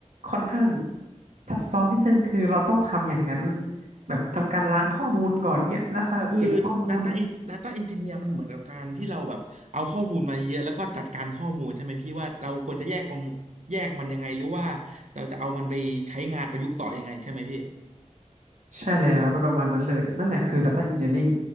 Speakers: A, on the right; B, on the right.
A: ค่อนข้างซับซ้อนนิดนึงคือเราต้องทำอย่างนั้นแบบทำการล้างข้อมูลก่อนเนี่ยแล้วค่อยแบบเก็บข้อมูล
B: คือ Data En- Data Engineer มันเหมือนกับการที่เราแบบเอาข้อมูลมาเยอะแล้วก็จัดการข้อมูลใช่ไหมพี่ว่าเราควรจะแยกมันแยกมันยังไงหรือว่าเราจะเอามันไปใช้งานประยุกต์ต่อยังไงใช่ไหมพี่
A: ใช่แล้วเป็นประมาณนั้นเลยนั่นแหละคือ Data Engineering